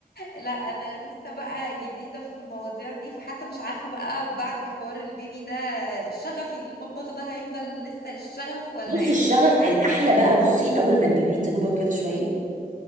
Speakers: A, on the left; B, on the right.
A: لا انا لسه بقى جديده في المواضيع دي فحتى مش عارفه بقى بعد حوار البيبي ده شغفي للمطبخ ده هيفضل لسه الشغف ولا
B: بصي
A: ايه
B: الشغف
A: مش عارفه
B: الاحلى بقى بصي اول ما البيبي تكبر كده شويه